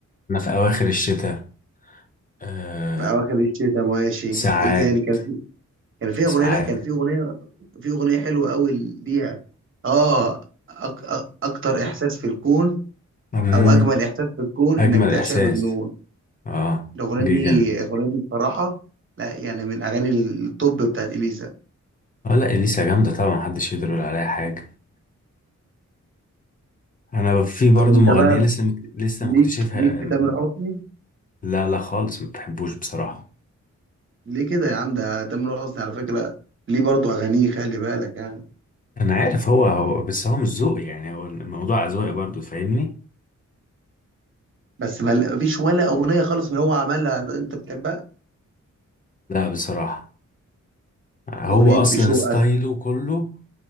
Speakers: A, on the left; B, on the right.
A: أنا في أواخر الشتاء آه
B: في اواخر الشتاء ماشي
A: ساعات
B: وايه تاني كان في كان في
A: ساعات
B: اغنيه لا كان في اغنيه في اغنيه حلوه قوي ليها اه أك... أك- اكتر احساس في الكون
A: مم.
B: او اجمل احساس في الكون
A: أجمل
B: انك تعشق
A: إحساس
B: بجنون
A: آه
B: الاغنيه
A: دي
B: دي
A: جامد
B: الاغنيه دي بصراحه لا يعني من اغاني التوب بتاعت اليسا
A: آه لا إليسا جامدة طبعا محدش يقدر يقول عليها حاجة أنا في برضو
B: طب انت
A: مغنية
B: بقى
A: لسه مك... لسه
B: ليك
A: مكتشفها
B: ليك في
A: آه، م-
B: تامر حسني
A: لا لا خالص ما بحبوش بصراحة
B: ليه كده يا عم ده تامر حسني على فكرة ليه برضو أغانيه خلي بالك يعني
A: أنا عارف هو هو بس هو مش ذوقي يعني هو الموضوع أذواق برضو فاهمني
B: بس ما مفيش ولا أغنية خالص من هو عملها ده أنت بتحبها
A: لا بصراحة هو
B: أغنية
A: أصلا
B: بشوقك
A: ستايله كله